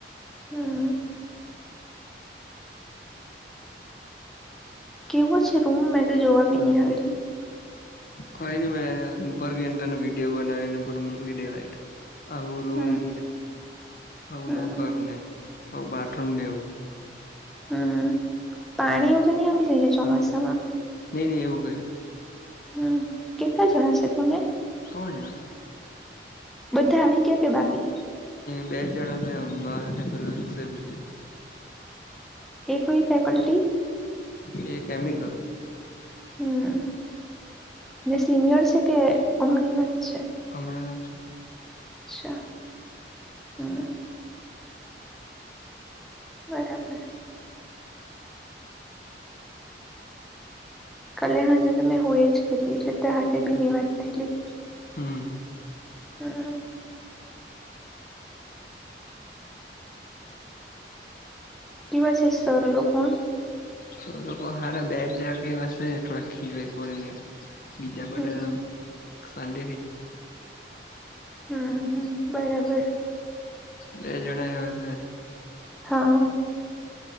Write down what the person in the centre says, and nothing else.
હમ કેવો છે રૂમ મે તો જોવા બી નહિ આવેલી
હમ
હમ
હમ પાણી એવું તો નહી આવી જાયને ચોમાસામાં
હમ કેટલા જણા છે તમે
બધા આવી ગયા કે બાકી
એ કોઈ ફેકલ્ટી
હમ જે સિનિયર છે કે અમણીનો જ છે
અચ્છા હમ્મ બરાબર કલે્યા હણ જે તો મેં હોય જ ગેલી એટલે ત હાથે બીની વાત થેલી
હા એવા છે સર લોકો
હમ
હમ હમ બરાબર
હા